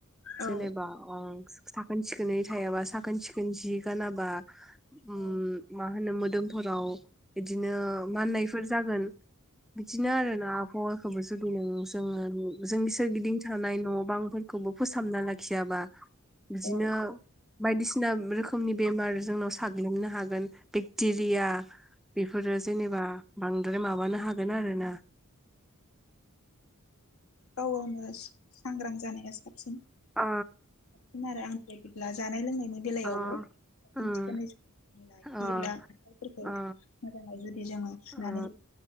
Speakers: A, in the centre; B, on the left.
A: जेनेबा
B: औ
A: अंस साखोन सिखोनै थायाबा साखोन सिखोन जि गानाबा उम
B: औ
A: माहोनो मो दोमफोराव बिदिनो माननायफोर जागोन बिदिनो आरो ना आफ हावाखौबो जोथोनै जोङोनो हो जोंनि सोरगिदिं थानाय न बांफोर खौबो फोसाबना लाखियाबा बिदिनो
B: औ
A: बायदिसिना बुंना रोखोमनि बेमार जोंनाव साग्लोबनो हागोन बेक्टेरिया बेफोरो जेनेबा बांद्राय माबानो हा बेना रोना
B: औ औनो सांग्रां जानाया साबसिन
A: अ
B: <unintelligible> बिदिब्ला जानाय लोंनाय नि बेलायावबोन
A: अ उम
B: थिखोनै लाखियोब्ला
A: अ
B: आखाइफोरखौ
A: अ
B: मोजाङै जुदि जोङो सुनानै
A: अ